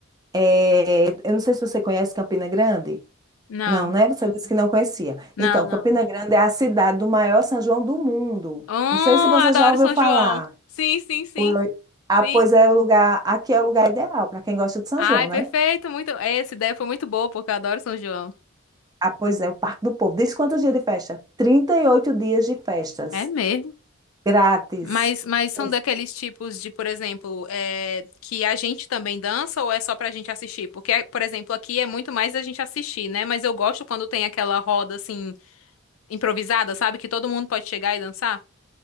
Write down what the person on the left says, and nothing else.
Não,
não,
não.
Oh,
adoro
São
João. Sim, sim, sim,
sim.
Ai,
perfeito,
muito. é, Essa ideia foi muito boa, porque eu adoro São João.
É mesmo.
Mas, mas são
daqueles tipos de, por exemplo, é, que a gente também dança ou é só pra gente assistir? Porque, por exemplo, aqui é muito mais a gente assistir, né? Mas eu gosto quando tem aquela roda assim. improvisada, sabe? Que todo mundo pode chegar e dançar.